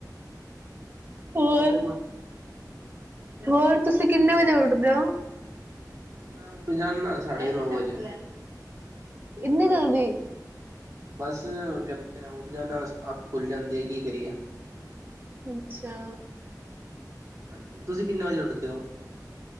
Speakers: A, on the right; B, on the right.
A: ਹੋਰ ਹੋਰ ਤੁਸੀਂ ਕਿੰਨੇ ਵਜੇ ਉੱਠਦੇ ਹੋ?
B: ਮੈਂ ਉੱਠ ਜਾਨਾ ਸਾਢੇ ਨੌ ਵਜੇ,
A: ਇੰਨੀ ਜਲਦੀ,
B: ਬਸ ਕਿਤੇ ਉੱਠ ਜਾਣਾ ਅੱਖ ਖੁੱਲ੍ਹ ਜਾਂਦੀ ਹੈ ਕੀ ਕਰੀਏ
A: ਅੱਛਾ
B: ਹਾਂਜੀ ਤੁਸੀਂ ਕਿੰਨੇ ਵਜੇ ਉੱਠਦੇ ਹੋ